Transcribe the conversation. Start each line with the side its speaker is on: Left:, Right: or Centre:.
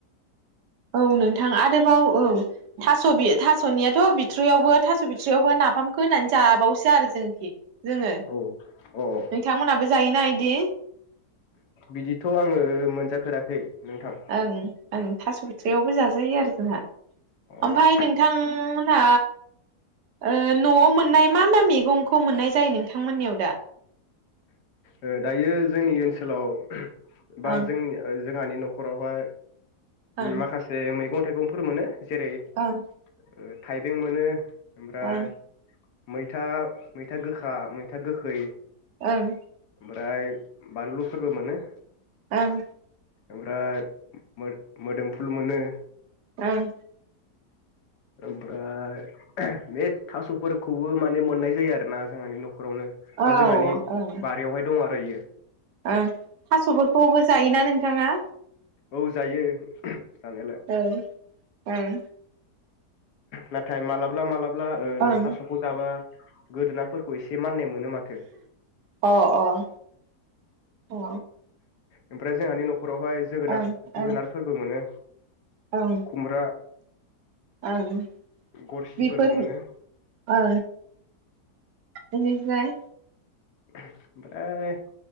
Right: औ नोंथां आरोबाव औ थास' बि थास'नियाथ' बिथ्रियावबो थास' बिथ्रियावबो नाफामखौ होनानै जाबावसो आरो जोंखि जोङो।
Left: औ औ अ
Right: नोंथांमोनाबो जायोना इदि?
Left: बिदिथ' आङो मोनजाफेराखै नोंथां
Right: ओं ओं। थास' बिथ्रायावबो जाजायो आरो जोंहा।
Left: अ
Right: ओमफाय नोंथांमो ना ओ न'आव मोननाय मा मा मेगंखौ मोननाय जायो नोंथांमोननियाव दा?
Left: ओ दायो जोंनि ओन्सोलाव बा
Right: ओं
Left: जोंनि ओ जोंहानि न'खरावहाय
Right: ओं
Left: माखासे मै गं थाइगंफोर मोनो। जेरै ओ
Right: ओं
Left: थाइबें मोनो ओमफ्राय
Right: ओं
Left: मैथा मैथा गोखा, मैथा गोखै,
Right: ओं।
Left: ओमफ्राय बानलुफोरबो मोनो
Right: ओं।
Left: ओमफ्राय मो-मोदोमफुल मोनो
Right: ओं।
Left: ओमफ्राय बे थास'फोरखौबो माने मोननाय जायो आरोना जोंहानि न' खरावनो
Right: औ
Left: बा जोंहानि
Right: ओं
Left: बारियावहाय दं आ खायो
Right: ओं थासफोरखौबो जायोना नोंथाङा?
Left: औ जायो। जानायालाय।
Right: ओं ओं
Left: नाथाय मालाबा मालाबा। मालाबा
Right: ओं
Left: थासखौ जाबा। गोदोनाफोरखौ एसे। माननाय मोनो माथो।
Right: अ अ ओं
Left: ओमफ्राय जोंहानि नखरावहाय। जोगोनार
Right: ओं
Left: जोगोनारफोरबो
Right: ओं
Left: मोनो।
Right: ओं
Left: खुमब्रा।
Right: ओं।
Left: गरसिफोरबो
Right: बेफोर
Left: मोनो
Right: ओ बिनिफ्राय।
Left: ओमफ्राय